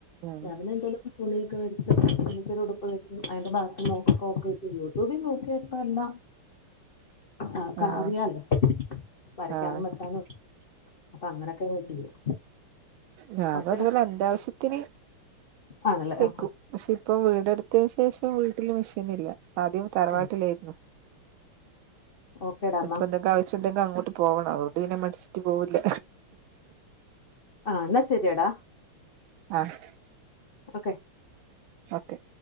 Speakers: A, on the right; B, on the left.
A: ഉം
B: ഞാൻ പിന്നെ എന്തേലും. തുണിയൊക്കെ വേട്ച്ചൊക്കെ എനിക്കൊരു ഉടുപ്പ് തയ്ക്കും. അതിന്റെ ബാക്കി മോക്ക് ഫ്രോക്ക് തയ്ക്കും. യൂട്യൂബിൽ നോക്കിയാ ഇപ്പ എല്ലാം. അതൊക്ക
A: ആഹ്
B: അറിയാലോ വരയ്ക്കാനും
A: ആഹ്
B: വെട്ടാനും. അപ്പ അങ്ങനൊക്കങ്ങ് ചെയ്യും.
A: ഞാനും
B: ഓക്കേടാ
A: അതുപോലെ എന്റെ ആവശ്യത്തിന്
B: ആണല്ലേ
A: തൈക്കും.
B: ആ
A: പക്ഷെ ഇപ്പം വീടെടുത്തേന് ശേഷം വീട്ടിൽ മെഷീനില്ല. അപ്പാദ്യം തറവാട്ടിലേര്ന്നു.
B: ആ ഓക്കേടാ എന്നാ
A: ഇപ്പന്തെങ്കെ ആവശ്യണ്ടെങ്കി അങ്ങോട്ട് പോവണം. അതോണ്ട് പിന്നെ മടിച്ചിട്ട് പോവില്ല.
B: ആഹ് ന്നാ ശരിയെടാ.
A: ആഹ്.
B: ഓക്കെ.
A: ഓക്കെ.